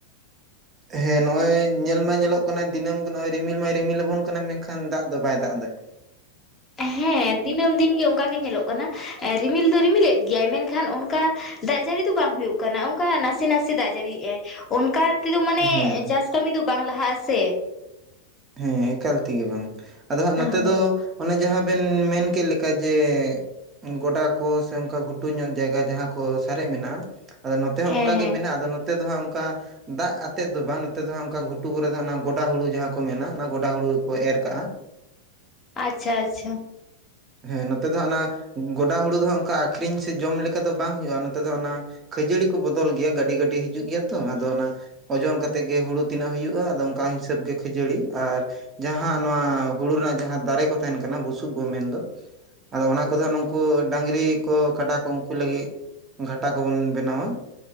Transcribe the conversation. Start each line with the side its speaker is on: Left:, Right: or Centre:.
Right: ᱦᱮᱸ ᱱᱚᱜ ᱚᱭ ᱧᱮᱞ ᱢᱟ ᱧᱮᱞᱚᱜ ᱠᱟᱱᱟ ᱫᱤᱱᱟᱹᱢ ᱜᱮ ᱱᱚᱜ ᱚᱭ ᱨᱤᱢᱤᱞ ᱢᱟᱭ ᱨᱤᱢᱤᱞ ᱟᱵᱚᱱ ᱠᱟᱱᱟ ᱢᱮᱱᱠᱷᱟᱱ ᱫᱟᱜ ᱫᱚ ᱵᱟᱭ ᱫᱟᱜ ᱮᱫᱟᱭ,
Left: ᱦᱮᱸ ᱫᱤᱱᱟᱹᱢ ᱫᱤᱱ ᱜᱮ ᱚᱱᱠᱟ ᱜᱮ ᱧᱮᱞᱚᱜ ᱠᱟᱱᱟ ᱨᱤᱢᱤᱞ ᱫᱚᱭ ᱨᱤᱢᱤᱞᱮᱫ ᱜᱮᱭᱟᱭ ᱢᱮᱱᱠᱷᱟᱱ ᱚᱱᱠᱟ ᱫᱟᱜ ᱡᱟᱹᱲᱤ ᱫᱚ ᱵᱟᱝ ᱦᱩᱭᱩᱜ ᱠᱟᱱᱟ ᱚᱱᱠᱟ ᱱᱟᱥᱮ ᱱᱟᱥᱮ ᱫᱟᱜ ᱡᱟᱹᱲᱤᱭᱮᱟᱭ ᱚᱱᱠᱟ ᱛᱮᱫᱚ ᱢᱟᱱᱮ
Right: ᱦᱮᱸ
Left: ᱪᱟᱥ ᱠᱟᱹᱢᱤ ᱫᱚ ᱵᱟᱝ ᱞᱟᱦᱟᱜ ᱟᱥᱮ,
Right: ᱦᱮᱸ ᱮᱠᱟᱞ ᱛᱮᱜᱮ ᱵᱟᱝ ᱟᱫᱚ ᱦᱟᱸᱜ ᱱᱚᱛᱮ
Left: ᱦᱳᱭ
Right: ᱫᱚ ᱚᱱᱮ ᱡᱟᱦᱟᱸ ᱵᱮᱱ ᱢᱮᱱ ᱠᱮᱫ ᱞᱮᱠᱟ ᱡᱮ ᱜᱚᱰᱟ ᱠᱚ ᱥᱮ ᱚᱱᱠᱟ ᱜᱷᱩᱴᱩ ᱧᱚᱜ ᱡᱟᱭᱜᱟ ᱡᱟᱦᱟᱸ ᱠᱚ ᱥᱟᱨᱮᱡ ᱢᱮᱱᱟᱜᱼᱟ, ᱟᱫᱚ ᱱᱚᱛᱮ ᱦᱚ
Left: ᱦᱮᱸ
Right: ᱚᱱᱠᱟ
Left: ᱦᱮᱸ
Right: ᱜᱮ ᱢᱮᱱᱟᱜᱼᱟ ᱟᱫᱚ ᱱᱚᱛ ᱛᱮ ᱫᱚ ᱦᱟᱸᱜ ᱚᱱᱠᱟ ᱫᱟᱜ ᱟᱛᱮᱫ ᱫᱚ ᱵᱟᱝ ᱱᱚᱛᱮ ᱫᱚ ᱦᱟᱜ ᱚᱱᱠᱟ ᱜᱷᱩᱴᱩ ᱠᱚᱨᱮ ᱛᱟᱦᱮᱱᱟ ᱜᱚᱰᱟ ᱦᱩᱲᱩ ᱡᱟᱦᱟᱸ ᱠᱚ ᱢᱮᱱᱟ ᱚᱱᱟ ᱜᱚᱰᱟ ᱦᱩᱲᱩ ᱜᱮᱠᱚ ᱮᱨ ᱠᱟᱜᱼᱟ᱾
Left: ᱟᱪᱪᱷᱟ ᱟᱪᱪᱷᱟ᱾
Right: ᱦᱮᱸ ᱱᱚᱛᱮ ᱫᱚᱦᱟ ᱚᱱᱟ ᱜᱚᱰᱟ ᱦᱩᱲᱩ ᱫᱚ ᱦᱟᱜ ᱚᱱᱠᱟ ᱟᱠᱷᱨᱤᱧ ᱥᱮ ᱡᱚᱢ ᱞᱮᱠᱟ ᱫᱚ ᱵᱟᱝ ᱦᱩᱭᱩᱜᱼᱟ ᱱᱚᱛᱮ ᱫᱚ ᱚᱱᱟ ᱠᱷᱟᱹᱡᱟᱹᱲᱤ ᱠᱚ ᱵᱚᱫᱚᱞ ᱜᱮᱭᱟ ᱜᱟᱹᱰᱤ ᱜᱟᱹᱰᱤ ᱦᱤᱡᱩᱜ ᱜᱮᱭᱟ ᱛᱚ ᱟᱫᱚ ᱚᱱᱟ ᱚᱡᱚᱱ ᱠᱟᱛᱮᱫ ᱜᱮ ᱦᱩᱲᱩ ᱛᱤᱱᱟᱹᱜ ᱦᱩᱭᱩᱜᱼᱟ ᱟᱫᱚ ᱚᱱᱠᱟ ᱦᱤᱥᱟᱹᱵ ᱜᱮ ᱠᱷᱟᱹᱡᱟᱹᱲᱤ ᱟᱨ ᱡᱟᱦᱟᱸ ᱦᱟ ᱱᱚᱣᱟ ᱦᱩᱲᱩ ᱨᱮᱱᱟᱜ ᱡᱟᱦᱟᱸ ᱫᱟᱨᱮ ᱠᱚ ᱛᱟᱦᱮᱱ ᱠᱟᱱᱟ ᱵᱩᱥᱩᱵ ᱵᱚ ᱢᱮᱱᱫᱚ, ᱟᱫᱚ ᱚᱱᱟ ᱠᱚᱫᱚ ᱱᱩᱝᱠᱩ ᱰᱟᱝᱨᱤ ᱠᱚ ᱠᱟᱰᱟ ᱠᱚ ᱩᱱᱠᱩ ᱞᱟᱹᱜᱤᱫ ᱜᱷᱟᱴᱟ ᱠᱚᱵᱚᱱ ᱵᱮᱱᱟᱣᱟ,